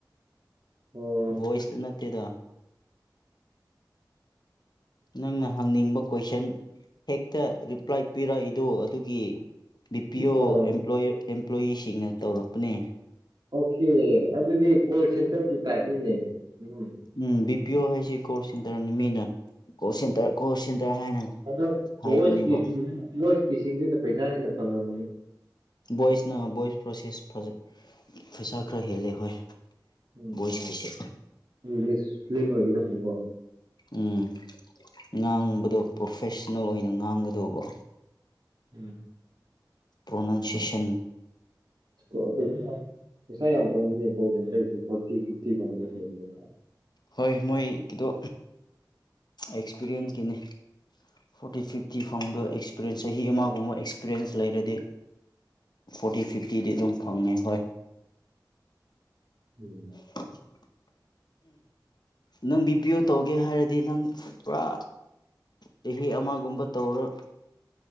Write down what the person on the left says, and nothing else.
ꯚꯣꯏꯁꯇ ꯅꯠꯇꯦꯗ ꯅꯪꯅ ꯍꯪꯅꯤꯡꯕ ꯀꯣꯏꯁꯟ ꯍꯦꯛꯇ ꯔꯤꯄ꯭ꯂꯥꯏ ꯄꯤꯔꯛꯏꯗꯣ ꯑꯗꯨꯒꯤ ꯕꯤ ꯄꯤ ꯑꯣꯄ꯭ꯂꯣꯏ
ꯑꯦꯝꯄ꯭ꯂꯣꯌꯤꯁꯤꯡꯅ ꯇꯧꯔꯛꯄꯅꯦ
ꯎꯝ ꯕꯤ ꯄꯤ ꯑꯣ ꯍꯥꯏꯁꯤ ꯀꯣꯜ ꯁꯦꯟꯇꯔꯅꯤ ꯃꯤꯅ ꯀꯣꯜ ꯁꯦꯟꯇꯔ ꯀꯣꯜ ꯁꯦꯟꯇꯔ ꯍꯥꯏꯅ
ꯍꯥꯏꯕꯅꯦꯕ
ꯚꯣꯏꯁꯅ ꯚꯣꯏꯁ ꯄ꯭ꯔꯣꯁꯦꯁ ꯐꯖ ꯄꯩꯁꯥ ꯈꯔ ꯍꯦꯜꯂꯦ ꯍꯣꯏ
ꯚꯣꯏꯁꯀꯤꯁꯦ
ꯎꯝ ꯉꯥꯡꯕꯗꯣ ꯄ꯭ꯔꯣꯐꯦꯁꯟꯅꯦꯜ ꯑꯣꯏꯅ ꯉꯥꯡꯒꯗꯧꯕ
ꯄ꯭ꯔꯣꯅꯥꯎꯟꯁꯦꯁꯟ
ꯍꯣꯏ ꯃꯣꯏꯒꯤꯗꯣ ꯑꯦꯛꯁꯄꯤꯔꯤꯌꯦꯟꯁ ꯀꯤꯅꯦ ꯐꯣꯔꯇꯤ ꯐꯤꯐꯇꯤ ꯐꯪꯕꯗꯣ ꯑꯦꯛꯁꯄꯤꯔꯤꯌꯦꯟꯁ ꯆꯍꯤ ꯑꯃꯒꯨꯝꯕ ꯑꯦꯛꯁꯄꯤꯔꯤꯌꯦꯟꯁ ꯂꯩꯔꯗꯤ ꯐꯣꯔꯇꯤ ꯐꯤꯐꯇꯤꯗꯤ ꯑꯗꯨꯝ ꯐꯪꯉꯦ ꯍꯣꯏ
<unintelligible> ꯅꯪ ꯕꯤ ꯄꯤ ꯌꯣ ꯇꯧꯒꯦ ꯍꯥꯏꯔꯗꯤ ꯅꯪ ꯄꯨꯔꯥ ꯆꯍꯤ ꯑꯃꯒꯨꯝꯕ ꯇꯧꯔꯣ